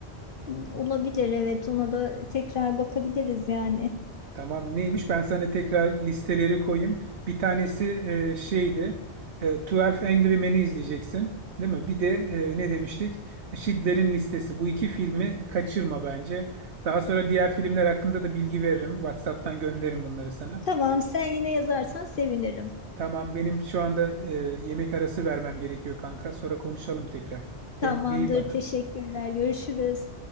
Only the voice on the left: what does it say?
Hmm, Olabilir evet ona da tekrar bakabiliriz yani.
Tamam sen yine yazarsan sevinirim.
Tamamdır
teşekkürler görüşürüz.